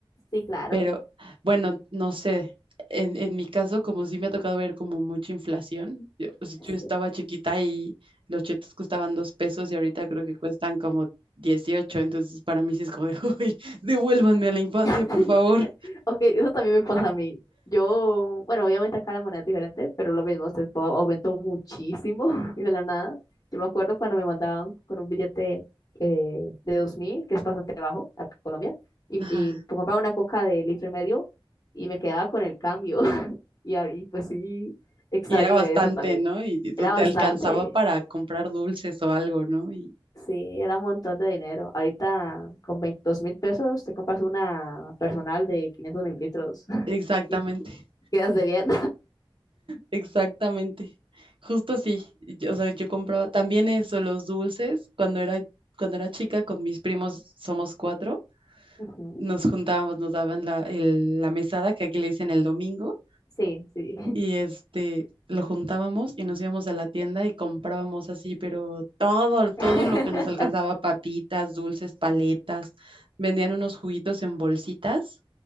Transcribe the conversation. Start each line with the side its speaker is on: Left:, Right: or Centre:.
Left: Sí, claro.
Right: Pero bueno, no sé. En, en mi caso, como sí me ha tocado ver como mucha inflación, yo, o sea, yo
Left: Sí.
Right: estaba chiquita y los chetos costaban dos pesos y ahorita creo que cuestan como dieciocho entonces para mí sí es como de, <laughs> uy, devuélvanme a la infancia,
Left: <laughs>
Right: por favor.
Left: Ok, eso también me pasa a mí. Yo, bueno, obviamente acá la moneda es diferente, pero lo mismo, se fue- aumentó muchísimo <laughs> y de la nada. Yo me acuerdo cuando me mandaban con un billete eh, de 2000 que es bastante bajo acá en Colombia, y,
Right: Ajá.
Left: y por comprar una coca de litro y medio y me quedaba con el cambio. <laughs> Y, ahí, pues sí, extraño
Right: Y era bastante,
Left: eso también.
Right: ¿no? Y, y tú
Left: Era
Right: te
Left: bastante,
Right: alcanzaba para comprar dulces o algo, ¿no? Y
Left: sí, era un montón de dinero. Ahorita con veintidós mil pesos te compras una personal de 500 mililitros <laughs>
Right: exactamente.
Left: y te quedas de bien.
Right: Exactamente. Justo así. Yo- o sea, yo compraba también eso, los dulces. Cuando era, cuando era chica, con mis primos somos cuatro,
Left: Ujú,
Right: nos juntábamos, nos daban la, el- la mesada, que aquí le dicen el domingo,
Left: Sí, sí.
Right: y este, lo juntábamos y nos íbamos a la tienda y comprábamos así, pero todo, todo
Left: <laughs>
Right: lo que nos alcanzaba, papitas, dulces, paletas, vendían unos juguitos en bolsitas